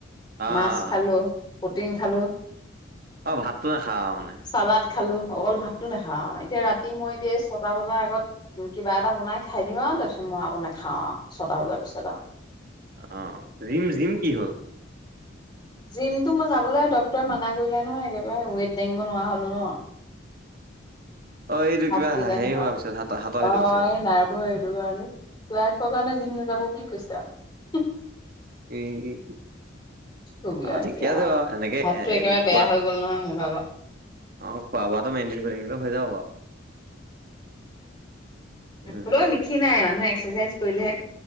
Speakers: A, on the right; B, on the left.
A: অ',
B: মাছ খালো। প্ৰটিন খালো।
A: অ', ভাতটো নাখাঅঁ মানে?
B: চালাড খালো। অকল ভাতটো নাখাওঁ আও। এতিয়া ৰাতি মই এতিয়া ছটা বজা আ ত কিবা এটা বনাই খাই দিম আৰু। তাৰপিছত মই আকৌ নাখাওঁ আও, ছটা বজাৰ পিছত আৰু
A: অ', জিম, জিম কি হ'ল?
B: জিমটো মই যাবলৈ ডক্তৰৰে মানা কৰিলে নহয়। একেবাৰে ৱেইট দাঙিব নোৱাৰা হ'লো ন।
A: অ', এইটো
B: হাক
A: কিবা
B: দিলে
A: হেৰি
B: নহয়।
A: হোৱাৰ পিছত হাত হাতৰ
B: অ',
A: সেইটো পিছত
B: এ নাৰ্ভৰ হেটো কাৰণে তোৰ কাৰণে জিম নাযাব বুলি কৈছে আও।
A: এই
B: কি কবি আৰু
A: অ', ঠিকে
B: এতিয়া
A: আছে বাৰু। এনেকে-এ
B: হাতটো একেবাৰে বেয়া
A: খোৱা।
B: হৈ গ'ল নহয় মোৰ ভাগৰ
A: অ'। খোৱা-বোৱাটো মেইনটেইন কৰি থাকিলে হৈ যাব বাৰু। উম,
B: হ'লেও নিক্ষিনাই মানুহে এক্সাৰচাইজ কৰিলেহে